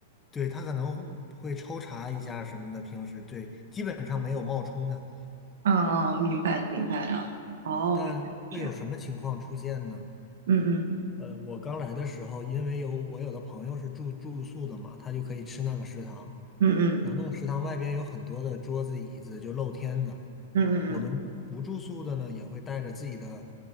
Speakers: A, on the left; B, on the right.
A: 对，他可能会抽查一下什么的，平时对，基本上没有冒充的。
B: 嗯，嗯明白了，明白了。哦，
A: 但会有什么情况出现呢？
B: 原来是这样。嗯嗯
A: 呃，我刚来的时候，因为有我有的朋友是住住宿的嘛，他就可以吃那个食堂，
B: 嗯
A: 然后那个食堂外边有很多的桌子椅子，就露天的。
B: 嗯嗯嗯
A: 我们不住宿的呢，也会带着自己的